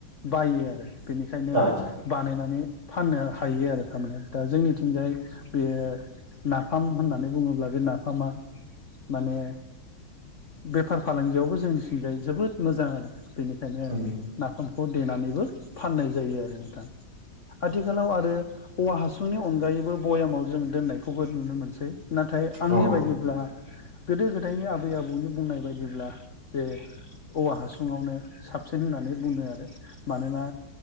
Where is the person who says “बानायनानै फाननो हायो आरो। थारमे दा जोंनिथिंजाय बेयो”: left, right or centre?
Left